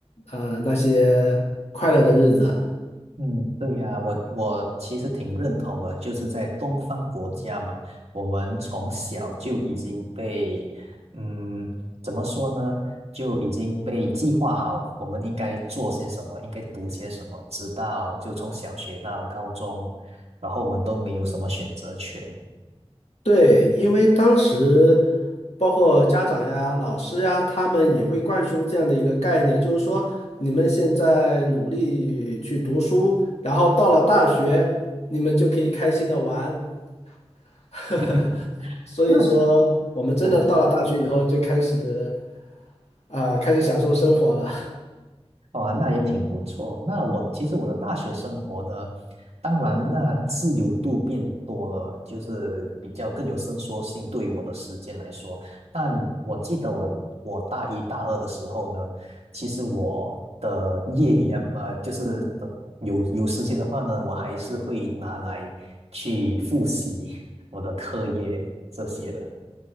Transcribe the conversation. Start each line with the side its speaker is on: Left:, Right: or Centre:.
Left: 呃，那些快乐的日子。
Right: 嗯，对呀，我我其实挺认同的，就是在东方国家嘛，我们从小就已经被，嗯，怎么说呢，就已经被计划好，我们应该做些什么，应该读些什么，直到就从小学到高中，然后我们都没有什么选择权。
Left: 对，因为当时包括家长呀、老师呀，他们也会灌输这样的一个概念，就是说你们现在努力去读书，然后到了大学，你们就可以开心的玩。<laughs>
Right: <laughs>
Left: 所以说，
Right: 那其
Left: 我们真的到了大学以后，
Right: 嗯，
Left: 就开始啊、开始享受生活了。
Right: 哦，那也挺不错。那我其实我的大学生活呢，当然那自由度变多了，就是比较更有伸缩性对于我的时间来说。但我记得我我大一大二的时候呢，其实我的业余啊呃，就是的有有时间的话呢，我还是会拿来去复习我的课业这些的。